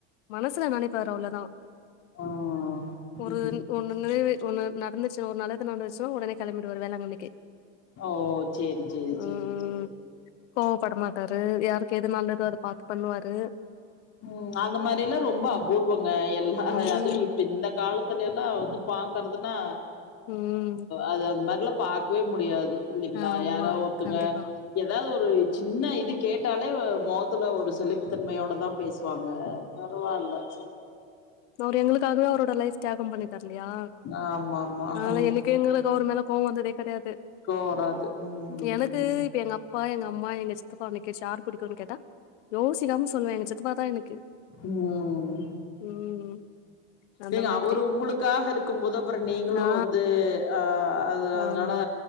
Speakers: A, on the left (about 75°); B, on the left (about 45°).
A: மனசுல நனைப்பாரு அவ்ளோதா
B: ஆ
A: ஒரு
B: ம்ஹ்ம்
A: ஒன்னு நிறைவி ஒன்னு நடந்துச் ஒரு நல்லது நடந்துச்சோ ஒடனே களம்பிடுவாரு வேளாங்கண்ணிக்கு
B: ஒ ஒ சேரி சேரி
A: ம்
B: சேரி சேரி
A: கோவப்பட மாட்டாரு யாருக்கு எது நல்லதோ அத பாத்து பண்ணுவாரு
B: ம் அந்த மாரில்லா ரொம்ப அபூர்வங்க எல்லா
A: ம்
B: அது இப்ப இந்தக் காலத்துலல்லா வந்து பாக்கறதுனா
A: ம்
B: அது அந்த மாரில்லா பாக் வே முடியாது இல்லிங்ளா
A: ஆமா
B: யாரா ஒர்த்தங்க
A: கண்டிப்பா
B: ஏதாவ்து ஒரு சின்ன இது கேட்டாலே மொகத்துல ஒரு சலிப்புத்தன்மயோட தா பேசுவாங்க பரவால்ல ச
A: அவுர் எங்களுக்காகவே அவரோட லைஃப் தியாக பண்ணிட்டாரு இல்லயா
B: ஆமா ஆமா
A: ஆனா
B: ம்
A: என்னக்யு எங்களுக்கு அவர் மேல கோவ வந்ததே கெடையாது
B: கோவோ வராது ம் ம்
A: எனக்கு
B: ம்
A: இப்ப எங்க அப்பா எங்க அம்மா எங்க சித்தப்பாவ நிக்க வச்சு யார் புடிக்குனு கேட்டா யோசிக்காம சொல்லுவே எங்க சித்தப்பா தா எனக்கு
B: ம்
A: ம் அந்த
B: ஏங்க
A: மாதிரி
B: அவரு உங்களுக்காக இருக்கு போது அப்றோ நீங்களு
A: ஆ
B: வந்து ஆ அது அதனால
A: ஆமா